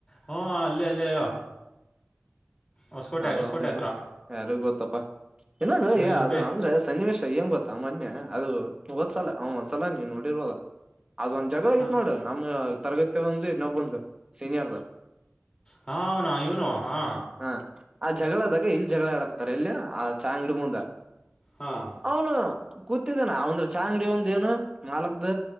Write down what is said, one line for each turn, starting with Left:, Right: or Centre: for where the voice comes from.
Left: ಹ್ಞೂ ಅಲ್ಲಿ ಅಲ್ಲೇ ಇರೋ ಹೊಸಕೋಟೆ
Right: ಅಲ್ಲ
Left: ಹೊಸಕೋಟೆ
Right: ಒಂದಿರ್ಬ
Left: ಹತ್ರ
Right: ಯಾರಿಗ್ ಗೊತ್ತಪ್ಪಾ ಇನ್ನದು
Left: ಇರ್ಬೇಕು
Right: ಅದು ಅಂದ್ರೆ ಸನ್ನಿವೇಶ ಏಂಗ್ ಗೊತ್ತ ಸಾಮನ್ಯ ಅದು ಒದ್ಸಲ ಅವ ಒಂದ್ಸಲ ನೀವ್ ನೋಡಿರ್ಬೋದ ಅದೊಂದ್ ಜಗಳ ಆಗಿತ್ತು
Left: ಹಾಂ
Right: ನೋಡ ನಮ್ ತರಗತಿ ಒಂದು ಇನ್ನೊಬ್ಬಂದು ಸೀನಿಯರ್ದ
Left: ಹ ಹನ ಇವನು ಹಾ
Right: ಹ ಆ ಜಗಳದಾಗ ಇಲ್ಲಿ ಜಗಳ ಆಡಾಕ್ತಾರೆ ಎಲ್ಲಿ ಆ ಚಾ ಅಂಗಡಿ ಮುಂದ
Left: ಹಾಂ
Right: ಅವನು ಕೂತಿದ್ದನ ಅವಂದ್ರ ಚ ಅಂಗಡಿ ಒಂದ ಏನು ಮಾಲಕ್ದ